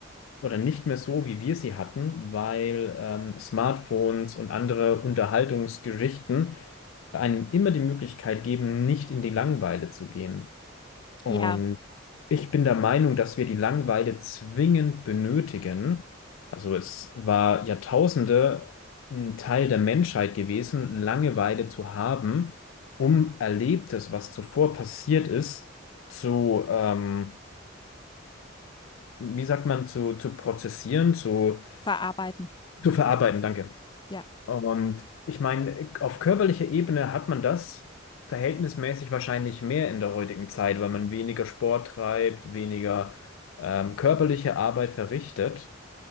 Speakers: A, on the left; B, on the left.
A: oder nicht mehr so, wie wir sie hatten, weil ähm, Smartphones und andere Unterhaltungsgeschichten einem immer die Möglichkeit geben, nicht in die Langeweile zu gehen. Und
B: Ja,
A: ich bin der Meinung, dass wir die Langeweile zwingend benötigen. Also es war Jahrtausende ein Teil der Menschheit gewesen, Langeweile zu haben, um Erlebtes, was zuvor passiert ist, zu, ähm, wie sagt man, zu, zu prozessieren, zu,
B: verarbeiten.
A: zu verarbeiten. Danke.
B: Ja.
A: Und ich meine, auf körperlicher Ebene hat man das verhältnismäßig wahrscheinlich mehr in der heutigen Zeit, weil man weniger Sport treibt, weniger ähm, körperliche Arbeit verrichtet.